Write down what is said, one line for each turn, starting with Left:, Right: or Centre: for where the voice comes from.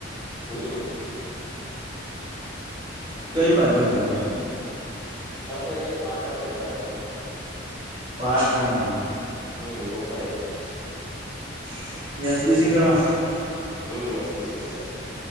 Left: હમ્મ
Right: કઈ બાજુ ગયેલા
Left: આપડે અહીંયા પાટણ જ હતા આજ તો
Right: પાટણમા
Left: હમ મોખાણિયાપુર
Right: <unintelligible>
Left: હમ એસબીસી કરવા